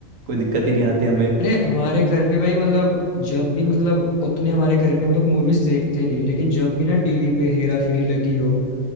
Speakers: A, on the right; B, on the left.
A: कोई दिक्कत ही नहीं आती हमें
B: अरे हमारे घर पे भाई मतलब जब भी मतलब उतने हमारे घर पे हम लोग मूवीज देखते नहीं लेकिन जब भी ना टीवी पे हेरा फेरी लगी हो